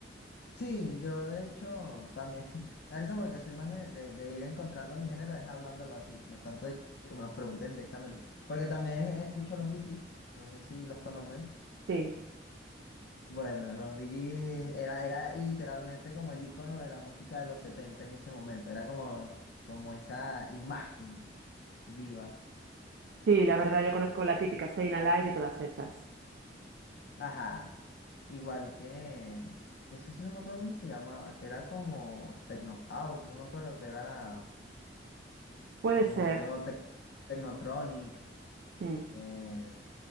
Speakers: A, on the left; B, on the right.
A: Sí, yo de hecho también, <laughs> a eso porque soy más de, de- de ir encontrando mi género, es hablándolo así, no tanto de que me los pregunten directamente. Porque también escucho los Bee Gees, no sé si los conoces.
B: Sí,
A: Bueno, los Bee Gees era, era literalmente como el icono de la música de los 70 en ese momento. Era como, como esa imagen viva.
B: sí, la verdad yo conozco la típica Stayin' Alive y todas esas.
A: Ajá. Igual que, ese sí no me acuerdo cómo se llama, que era como Techno House, no me acuerdo, que era,
B: Puede
A: por
B: ser.
A: ejemplo, Tec- Technotronic,
B: mm,
A: eh,